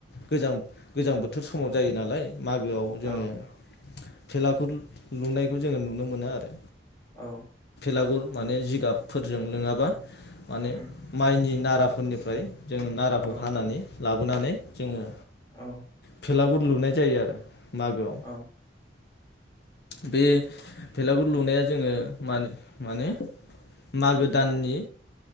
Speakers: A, on the left (about 60°); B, on the left (about 20°).
A: गोजां गोजां बोथोर समाव जायो नालाय मागोआव जोङो
B: औ
A: फेलागुर लुनायखौ जोङो नुनो मोनो आरो
B: औ
A: फेलागुर माने जिगाबफोरजों नोङाबा माने
B: उम
A: माइनि नाराफोरनिफ्राय जों नाराखौ
B: औ
A: हानानै लाबोनानै जोङो
B: औ
A: फेलागुर लुनाय जायो आरो मागोआव
B: औ
A: बे भेलागुर लुनाया जोङो मान माने मागो
B: उम
A: दाननि